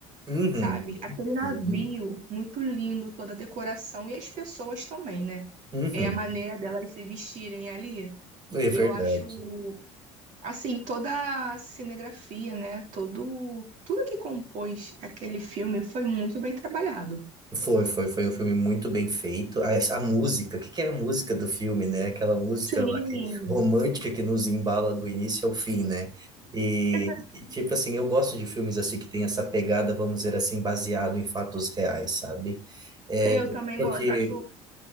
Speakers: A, on the right (about 30°); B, on the right (about 60°).
A: Uhum,
B: sabe? Aquele navio
A: sim.
B: muito lindo, toda a decoração e as pessoas também, né?
A: Uhum.
B: É a maneira delas se vestirem ali.
A: É verdade.
B: Eu acho, assim, toda a cinegrafia, né? Todo, tudo que compôs aquele filme foi muito bem trabalhado.
A: Foi, foi, foi um filme muito bem feito. A, a música, o que que é a música do filme, né? Aquela música
B: Sim.
A: lá que, romântica que nos embala do início ao fim, né? E,
B: <laughs>
A: e, tipo assim, eu gosto de filmes assim que tem essa pegada, vamos dizer assim, baseado em fatos reais, sabe? É,
B: Eu também
A: porque.
B: gosto, acho